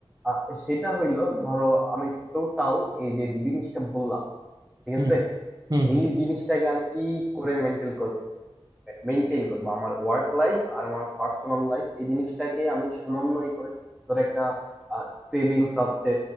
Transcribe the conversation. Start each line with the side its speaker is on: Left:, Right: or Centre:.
Centre: আহ, সেটা হইলো ধরো আমি টোটাল এই যে যে জিনিসটা বললাম ঠিক
Right: হুম
Centre: আছে
Right: হুম হুম
Centre: এই জিনিসটাকে আমি কি করে মেন্টেল মেনটেন করব আমার ওয়ার্ক লাইফ আর আমার পার্সোনাল লাইফ এই জিনিসটাকে আমি সমন্বয় করে ধরো একটা সেভিংস আছে